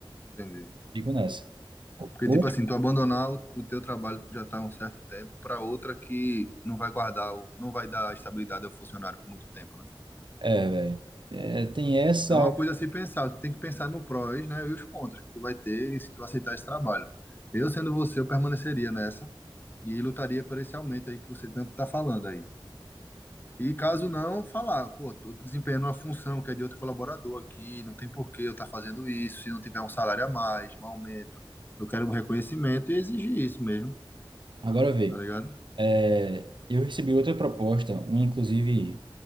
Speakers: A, on the left (about 20°); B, on the right (about 60°).
A: Entendi.
B: Fico nessa.
A: Porque,
B: Ou,
A: tipo assim, tu abandonar o, o teu trabalho que tu já tá há um certo tempo para outra que não vai guardar, o, não vai dar estabilidade ao funcionário por muito tempo, né?
B: é, velho, é, tem essa,
A: É uma coisa a se pensar, tu tem que pensar no prós, né, e os contras que tu vai ter se tu aceitar esse trabalho. Eu, sendo você, eu permaneceria nessa e lutaria por esse aumento aí que você tanto tá falando aí. E caso não, falar, pô, tô desempenhando uma função que é de outro colaborador aqui, não tem por que eu estar fazendo isso, se não tiver um salário a mais, um aumento, eu quero um reconhecimento e exigir isso mesmo,
B: agora vê.
A: tá ligado?
B: É, eu recebi outra proposta, uma inclusive